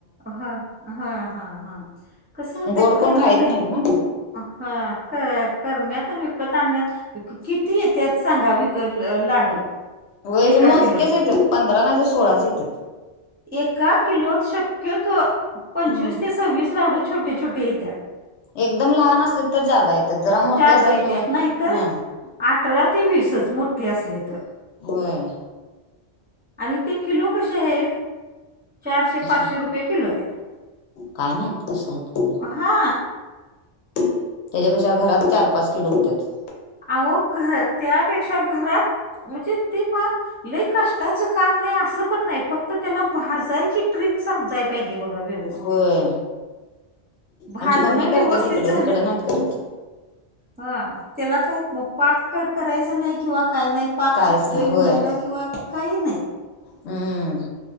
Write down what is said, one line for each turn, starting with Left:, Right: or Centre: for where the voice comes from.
Right: हा हा हा हा कस होतय
Left: गोड
Right: करण्या
Left: कोण खायत नाहीत ना
Right: हा आ करण्यात विकत आणण्यात किती येतेत सांगा विकत लाडू
Left: व्हय
Right: एका
Left: ते मोजक्येच
Right: किलोत
Left: येतेत पंधरा नाही तर सोळाच येतात.
Right: एका किलोत शक्यतो पंचवीस
Left: हम्म
Right: ते सव्वीस लाडू छोटे छोटे येत्यात.
Left: एकदम लहान असले तर जादा येतात जरा मोठे
Right: जादा
Left: असलेत
Right: येत्यात
Left: किंवा
Right: नाहीतर
Left: हम्
Right: अठरा ते वीसच मोठे असले तर.
Left: होय
Right: आणि ते किलो कसे आहेत? चारशे
Left: तसे
Right: पाचशे रुपये किलो आहेत
Left: काय नाहीत कसं आहेत किलो
Right: हा.
Left: त्याच्यापेक्षा घरात चार पाच किलो होत्यात.
Right: अहो घर त्यापेक्षा घरात म्हणजे ते पहा लय कष्टाचं काम आहे असं पण नाही फक्त त्याला भाजायची ट्रीक समजाय पाहिजे बघा व्यवस्थित
Left: होय
Right: भाजणं
Left: आमची मम्मी करते
Right: व्यवस्थित
Left: तिकडं
Right: झालं
Left: इकडं नाहीत करत
Right: हा त्याला काय मग पाक करायचा नाही किंवा काही नाही पाक
Left: कायच
Right: चुकतोय
Left: नाही होय
Right: म्हणायला किंवा काही नाही.
Left: हम्म